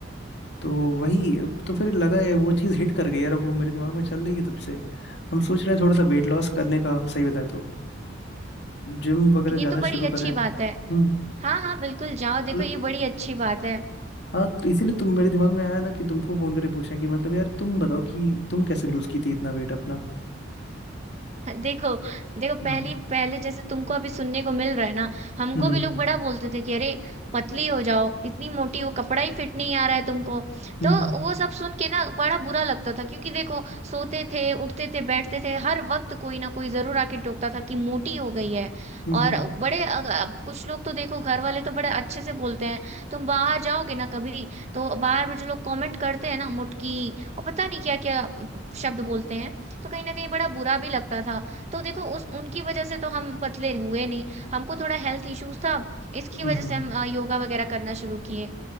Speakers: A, on the left (about 60°); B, on the right (about 35°).
A: तो वही अब तो फिर लगा है वो चीज़ हिट कर गई यार अब वो मेरे दिमाग में चल रही है तब से हम सोच रहे हैं थोड़ा सा वेट लॉस करने का सही बताए तो जिम वगैरह
B: ये
A: जाना
B: तो बड़ी
A: शुरू
B: अच्छी
A: कर रहे
B: बात
A: हैं
B: है
A: हम्म
B: हाँ हाँ बिल्कुल जाओ देखो
A: मतलब
B: ये बड़ी अच्छी बात है
A: हाँ तो इसीलिए तुम मेरे दिमाग में आया ना कि तुमको फोन करके पूछा कि मतलब यार तुम बताओ कि तुम कैसे लूज की थी इतना वेट अपना
B: देखो देखो
A: हम्म
B: पहली पहले जैसे तुमको अभी सुनने को मिल रहा है ना हमको
A: हम्म
B: भी लोग बड़ा बोलते थे कि अरे पतली हो जाओ इतनी मोटी हो कपड़ा ही फिट नहीं आ रहा है तुमको
A: हम्म
B: तो वो सब सुन के ना बड़ा बुरा लगता था क्योंकि देखो सोते थे उठते थे बैठते थे हर वक्त कोई ना कोई जरूर आके टोकता था कि मोटी हो गई है
A: हम्म हम्म
B: और
A: हम्म,
B: बड़े अग- अब कुछ लोग तो देखो घर वाले तो बड़े अच्छे से बोलते हैं तुम बाहर जाओगे ना कभी तो बाहर में जो लोग कमेंट करते हैं ना मुटकी और पता नहीं क्या क्या शब्द बोलते हैं तो कहीं ना कहीं बड़ा बुरा भी लगता था तो देखो उस उनकी वजह से तो हम पतले हुए नहीं हमको थोड़ा हेल्थ इश्यूज था इसकी
A: हम्म,
B: वजह
A: हम्म,
B: से हम
A: हम्म,
B: अ, योगा वगैरह करना शुरू किए